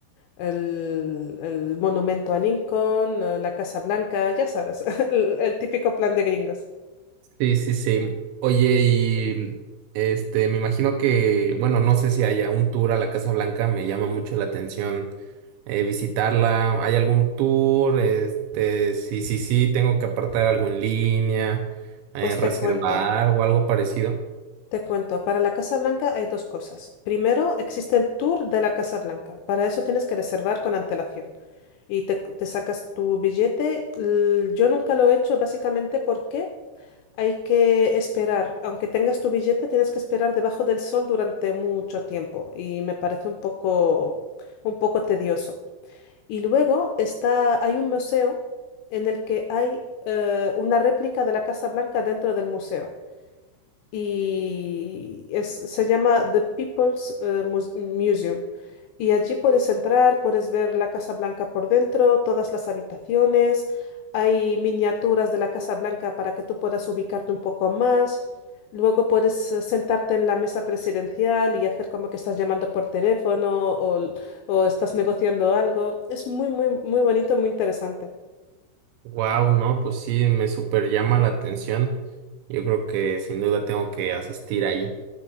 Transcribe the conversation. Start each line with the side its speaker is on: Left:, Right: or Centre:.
Left: el, el monumento a Lincoln, eh, la Casa Blanca, ya sabes, <laughs> el el típico plan de gringos.
Right: Sí, sí, sí. Oye, y este, me imagino que, bueno, no sé si haya un tour a la Casa Blanca, me llama mucho la atención eh, visitarla. ¿Hay algún tour? Este, sí, sí, sí, tengo que apartar algo en línea, eh,
Left: Pues
Right: reservar
Left: te cuento.
Right: o algo parecido.
Left: Te cuento, para la Casa Blanca hay dos cosas. Primero, existe el tour de la Casa Blanca. Para eso tienes que reservar con antelación y te, te sacas tu billete. L- Yo nunca lo he hecho básicamente porque hay que esperar. Aunque tengas tu billete, tienes que esperar debajo del sol durante mucho tiempo y me parece un poco, un poco tedioso. Y luego está, hay un museo en el que hay eh, una réplica de la Casa Blanca dentro del museo y es- se llama The People's eh, Mus- Museum. Y allí puedes entrar, puedes ver la Casa Blanca por dentro, todas las habitaciones, hay miniaturas de la Casa Blanca para que tú puedas ubicarte un poco más. Luego puedes eh, sentarte en la mesa presidencial y hacer como que estás llamando por teléfono o, o estás negociando algo. Es muy, muy, muy bonito, muy interesante.
Right: Wow, no, pues sí, me super llama la atención. Yo creo que sin duda tengo que asistir ahí.